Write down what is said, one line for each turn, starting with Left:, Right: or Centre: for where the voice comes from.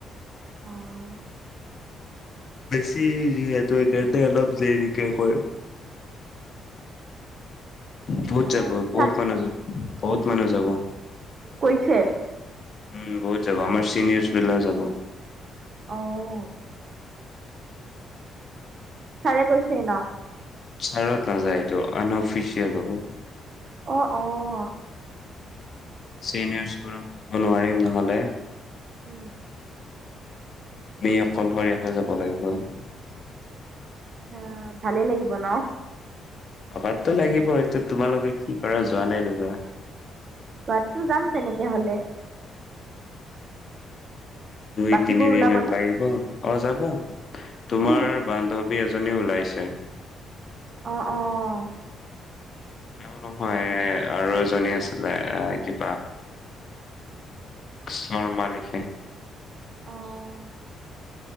Right: অ',
Left: বেছি যিহেতু সেকাৰণে অলপ দেৰিকে কৰিম। বহুত
Right: অ',
Left: যাব বহুত
Right: চা
Left: মানুহ যাব বহুত মানুহ যাব
Right: কৈছে?
Left: উম বহুত যাব আমাৰ চিনিয়ৰ্চ বিলাক যাব
Right: অ', ছাৰে কৈছে ন।
Left: ছাৰত নাযায় এইটো আনঅফিচিয়েল হ'ব
Right: অ', অ',
Left: চিনিয়ৰছবোৰক ল'ব নোৱাৰিম নহ'লে
Right: উম
Left: আমি অকলশৰীয়াকে যাব লাগিব।
Right: আা ভালে লাগিব ন
Left: লগাতটো লাগিব এইটো তোমালোকে কি কৰা যোৱা নাই নোযোৱা
Right: যোৱাতটো যাম তেনেকে হলে
Left: দুই,
Right: বাকীবোৰ
Left: তিনি দিনত
Right: ওলাবনে?
Left: লাগিব অ'যাব তোমাৰ
Right: কি
Left: বান্ধৱী এজনী ওলাইছে
Right: অ', অ',
Left: এও নহয় আৰু এজনী আছিলে এ কিবা শৰ্মা লিখে
Right: অ',